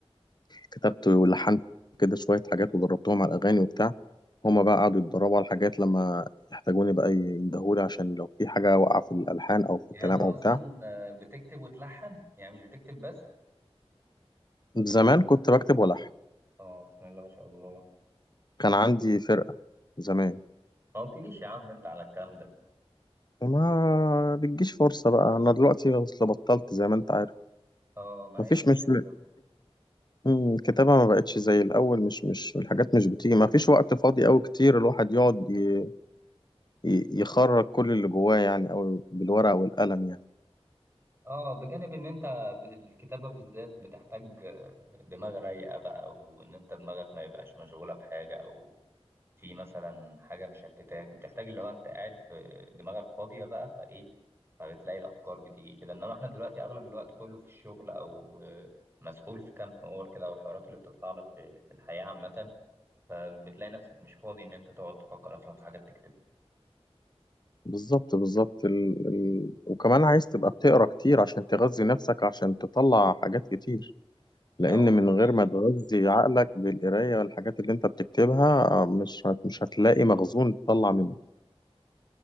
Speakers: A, on the left; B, on the right.
A: كتبت ولحنت كده شويه حاجات ودربتهم على الاغاني وبتاع هما بقى قعدوا يتدربوا على حاجات لما يحتاجوني بقى يندهولي عشان لو في حاجه واقعه في الالحان او في
B: يعني
A: الكلام
B: انت اصلا
A: او بتاع
B: آه، بتكتب وتلحن يعني مش بتكتب بس
A: زمان كنت بكتب والحن
B: اه بسم الله ما شاء الله
A: كان عندي فرقه زمان
B: ما قلتليش يا عم انت على الكلام ده
A: ما بتجيش فرصه بقى انا دلوقتي اصل بطلت زي ما انت عارف
B: اه ما
A: مفيش
B: هي دي الفكرة
A: مش مم، الكتابة ما بقتش زي الأول مش مش الحاجات مش بتيجي ما فيش وقت فاضي أوي كتير الواحد يقعد ي- ي- يخرج كل اللي جواه يعني أو بالورقة والقلم يعني
B: اه بجانب ان انت ب- الكتابة بالذات بتحتاج آه، دماغ رايقة بقى وان انت دماغك ما يبقاش مشغولة بحاجة او في مثلا حاجة مشتتاك بتحتاج اللي هو انت قاعد في دماغك فاضية بقى فايه فبتلاقي الأفكار بتيجي كده انما احنا دلوقتي أغلب الوقت كله في الشغل أو آه، مسحول في كام حوار كده أو الحوارات اللي بتطلع لك في في الحياة عامة فبتلاقي نفسك مش فاضي إن أنت تقعد تفكر أصلا في حاجات تكتبها
A: بالظبط بالظبط ال... ال... وكمان عايز تبقى بتقرا كتير عشان تغذي نفسك عشان تطلع حاجات كتير لأن
B: فهو-
A: من غير
B: طيب.
A: ما تغذي عقلك بالقراية والحاجات اللي أنت بتكتبها آه، مش هت... مش هتلاقي مخزون تطلع منه